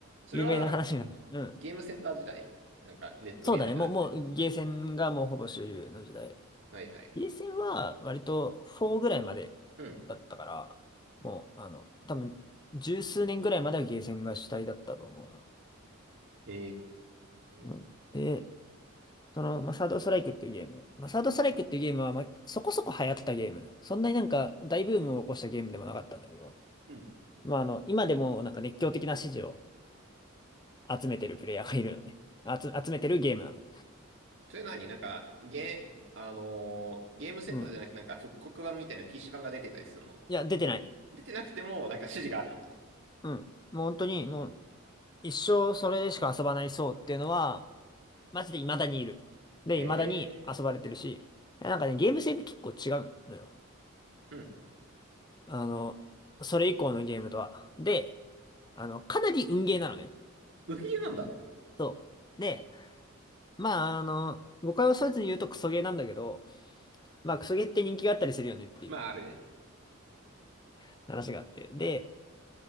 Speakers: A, on the right; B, on the left.
A: それは、
B: 有名な話なんです。うん。
A: ゲームセンター時代なんか、ネットゲームじゃなくて。
B: そうだね。もう、もう、ゲーセンがもうほぼ主流の時代。
A: はいはい。
B: ゲーセンは割と4ぐらいまでだったから、
A: うん。
B: もう、あの、多分、十数年ぐらいまではゲーセンが主体だったと思うな。
A: へ
B: うん。
A: え。
B: で、その、まあ、サードストライクっていうゲーム。まあ、サードストライクっていうゲームは、まあ、そこそこ流行ったゲーム。そんなになんか大ブームを起こしたゲームでもなかったんだけど、
A: うん。
B: まあ、あの、今でもなんか熱狂的な支持を集めてるプレイヤーがいるのね。あつ、集めてるゲームなの。
A: それ何なんか、ゲー、あのーゲームセンターじゃなくて、
B: うん。
A: なんか、復刻版みたいな PC 版が出てたりするの
B: いや、出てない。
A: 出てなくても、なんか指示があるの
B: うん。もう本当に、もう、一生それでしか遊ばない層っていうのは、マジで未だにいる。で、
A: へ
B: 未だに遊ばれてるし、
A: え。
B: いやなんかね、ゲーム性って結構違うのよ。
A: うん。
B: あの、それ以降のゲームとは。で、あの、かなり運ゲーなのね。
A: 無理なんだ。
B: そう。で、まあ、あの、誤解を恐れずに言うとクソゲーなんだけど、まあ、クソゲーって人気があったりするよねっていう
A: まあ、あるね。
B: <laughs> 話があって。で、